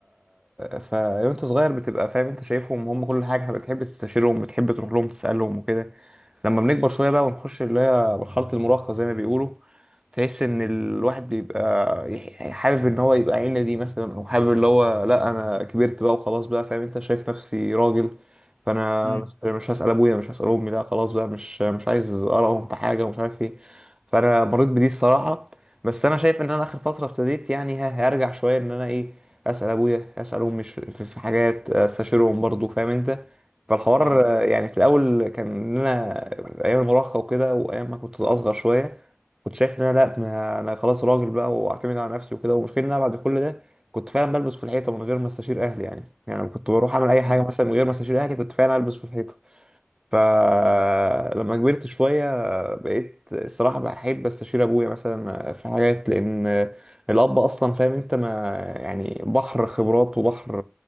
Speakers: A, on the right; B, on the left.
A: ف وانت صغير بتبقى فاهم انت شايفهم هم كل حاجه بتحب تستشيرهم بتحب تروح لهم تسالهم وكده لما بنكبر شوية بقى ونخش اللي هي مرحلة المراهقة زي ما بيقولوا تحس ان الواحد بيبقى يح- يعني حابب ان هو يبقى عيلة دي مثلا او حابب اللي هو لا انا كبرت بقى وخلاص بقى فاهم انت شايف نفسي راجل فانا
B: امم
A: مش مش هسأل ابويا مش هسأل امي لا خلاص بقى مش مش عايز ارائهم في حاجة ومش عارف ايه فانا مريت بدي الصراحة بس انا شايف ان انا اخر فترة ابتديت يعني ه- هرجع شوية ان انا ايه اسأل ابويا اسأل امي ش- في في حاجات استشيرهم برضو فاهم انت فالحوار
B: ايوه
A: آه، يعني في الاول كان إن انا ايام المراهقه وكده وايام ما كنت اصغر شويه كنت شايف ان انا لا ما انا خلاص راجل بقى واعتمد على نفسي وكده والمشكله ان انا بعد كل ده كنت فعلا بلبس في الحيطه من غير ما استشير اهلي يعني يعني لما كنت بروح اعمل اي
B: امم
A: حاجه مثلا من غير ما استشير اهلي كنت فعلا البس في الحيطه فلما
B: ايوه
A: كبرت شوية بقيت الصراحة بحب استشير ابويا مثلا في حاجات لان الاب اصلا فاهم انت ما يعني بحر خبرات وبحر